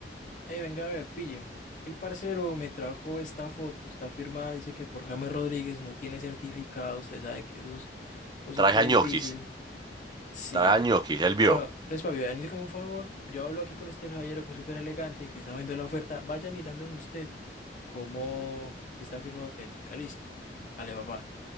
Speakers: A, on the left (about 45°); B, on the right (about 25°).
A: Ey, venga a ver, pille. Que el parcero me trajo esta foto, está firmada, dice que por James Rodríguez no tiene certificado, usted sabe que eso es cosito
B: Trae
A: difícil.
B: al ñoquis,
A: Sí.
B: trae al ñoquis, él vio.
A: Bueno, entonces, papi, venir como un favor. Yo hablo aquí con este caballero que es súper elegante, que está viendo la oferta. Vaya mirando en usted como si está firma auténtica. Listo. Dale, papá.